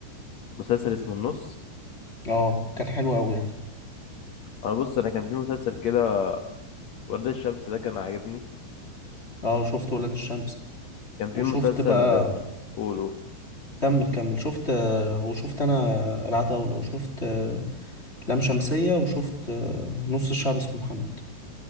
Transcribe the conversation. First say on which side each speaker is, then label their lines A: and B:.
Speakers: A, on the left (about 65°); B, on the left (about 15°).
A: مسلسل اسمه النص
B: اه كان حلو قوي يعني
A: انا بص انا كان في مسلسل كده ورد الشمس ده كان عاجبني
B: اه شفت ولاد الشمس
A: كان في
B: وشفت
A: مسلسل
B: بقى
A: قول قول
B: كمل كمل شفت آه، وشفت انا العتاوله وشفت آه، لام شمسيه وشفت آه، نص الشعب اسمه محمد